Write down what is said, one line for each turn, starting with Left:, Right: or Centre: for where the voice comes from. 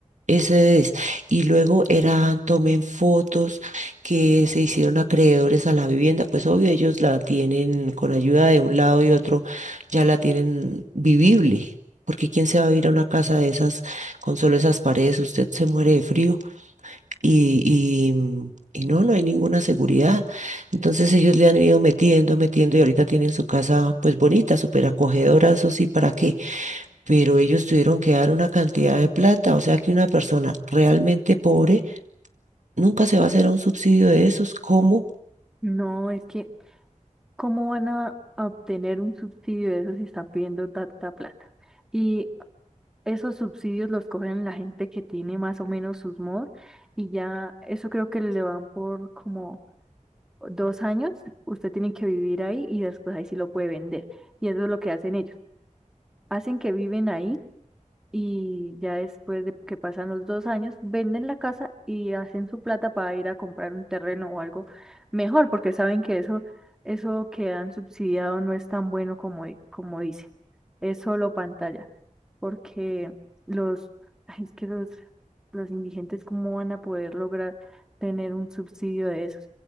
Right: Ese es. Y luego eran, tomen fotos que se hicieron acreedores a la vivienda. Pues obvio, ellos la tienen con ayuda de un lado y otro, ya la tienen vivible. Porque quién se va a ir a una casa de esas con solo esas paredes, usted se muere de frío y, y, y no, no hay ninguna seguridad. Entonces ellos le han ido metiendo, metiendo y ahorita tienen su casa pues bonita, súper acogedora, eso sí, ¿para qué? pero ellos tuvieron que dar una cantidad de plata, o sea que una persona realmente pobre nunca se va a hacer a un subsidio de esos. ¿Cómo?
Centre: No, es que, ¿cómo van a a obtener un subsidio de eso si están pidiendo tanta plata? Y esos subsidios los cogen la gente que tiene más o menos sus MOD y ya eso creo que le van por como dos años, usted tiene que vivir ahí y después ahí sí lo puede vender. Y eso es lo que hacen ellos. Hacen que viven ahí y ya después de que pasan los dos años, venden la casa y hacen su plata para ir a comprar un terreno o algo mejor, porque saben que eso, eso que han subsidiado no es tan bueno como, di- como dice, es solo pantalla porque los, ay, es que los, los indigentes, ¿cómo van a poder lograr tener un subsidio de esos?